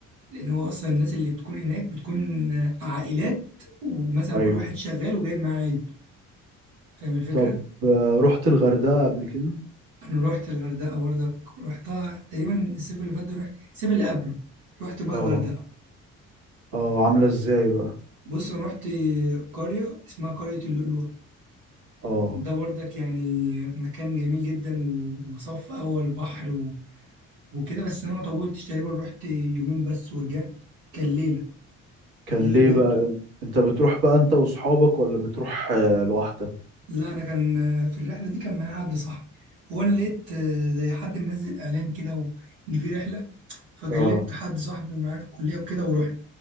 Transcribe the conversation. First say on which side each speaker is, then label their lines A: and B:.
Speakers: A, on the right (about 85°); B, on the right (about 65°).
A: لأن هو أصلا الناس اللي بتكون هناك بتكون عائلات ومثلا
B: أيوه
A: كل واحد شغال وجايب معاه عيلته فاهم الفكرة؟
B: طب آه، رحت الغردقة قبل كده؟
A: أنا رحت الغردقة برضك رحتها تقريبا الصيف اللي فات ده رحت الصيف اللي قبله رحت بقى
B: اه
A: الغردقة
B: اه عاملة ازاي بقى؟
A: بص أنا رحت قرية اسمها قرية اللؤلؤة
B: اه
A: ده برضك يعني مكان جميل جدا و- وصف أول بحر و... وكده بس أنا ما طولتش تقريبا رحت يومين بس ورجعت كان ليلة
B: كان
A: الليلة
B: ليه
A: بات
B: بقى أنت بتروح بقى أنت وأصحابك ولا بتروح آه، لوحدك؟
A: لا أنا كان في الرحلة دي كان معايا حد صاحبي هو أنا لقيت آه، زي حد منزل إعلان كده و- إن في رحلة فكلمت
B: اه
A: حد صاحبي معايا في الكلية وكده ورحنا